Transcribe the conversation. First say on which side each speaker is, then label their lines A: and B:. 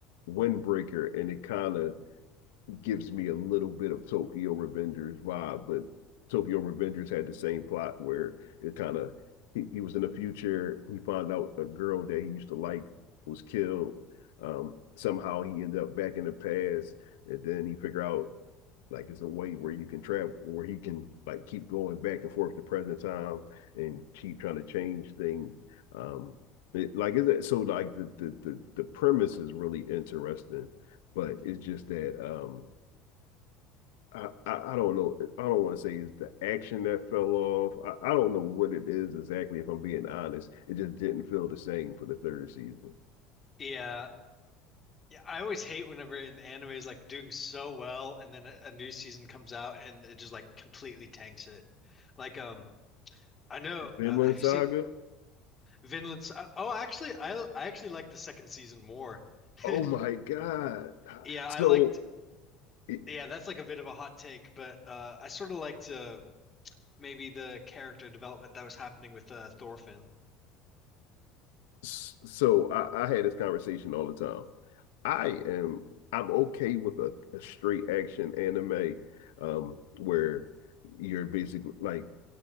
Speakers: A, on the left (about 80°); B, on the left (about 25°).
A: Windbreaker and it kind of gives me a little bit of Tokyo Revengers vibe, but Tokyo Revengers had the same plot where it kind of he, he, was in the future. He found out a girl that he used to like was killed. Um, somehow he ended up back in the past, and then he figure out like it's a way where you can travel, where he can like keep going back and forth to present time and keep trying to change things. Um, it, like it, so like the, the the the premise is really interesting, but it's just that um I, I, I don't know. I don't want to say it's the action that fell off. I, I don't know what it is exactly, if I'm being honest. It just didn't feel the same for the third season.
B: Yeah, I always hate whenever an anime is like doing so well and then a, a new season comes out and it just like completely tanks it. Like um I know
A: Vinland
B: uh, have you
A: Saga.
B: seen Vinland S- uh, Oh, actually I I actually like the second season more. <laughs>
A: Oh my God.
B: Yeah, I
A: So,
B: liked
A: it-
B: yeah, that's like a bit of a hot take, but uh I sort of liked uh maybe the character development that was happening with uh Thorfinn.
A: so I, I had this conversation all the time. I am, I'm okay with a, a straight action anime, um, where you're basically like,